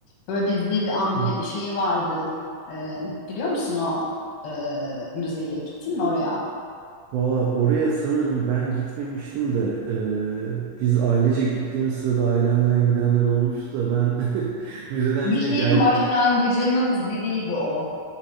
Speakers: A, on the left (about 75°); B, on the right (about 85°).
A: Böyle bir zil amble
B: Hı.
A: şeyi vardı. Ee, biliyor musun o e, müzeye? Gittin mi oraya?
B: Valla oraya sanırım ben gitmemiştim de e, biz ailece gittiğim sırada ailemden gidenler olmuştu da ben <laughs> müzeden
A: Bir
B: yine
A: şeyin
B: caydım.
A: başlangıcının ziliydi o.